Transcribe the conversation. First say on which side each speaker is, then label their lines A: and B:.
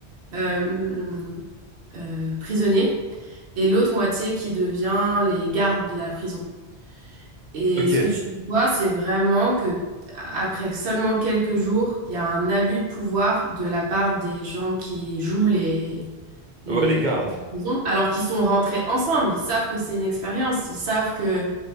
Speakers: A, on the right (about 70°); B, on the right (about 55°).
A: euh, euh, prisonnier et l'autre moitié qui devient les gardes de la prison. Et
B: ok.
A: ce que tu vois, c'est vraiment que après seulement quelques jours, il y a un abus de pouvoir de la part des gens qui jouent les les
B: Ouais, les gardes.
A: prisons, alors qu'ils sont rentrés ensemble. Ils savent que c'est une expérience, ils savent que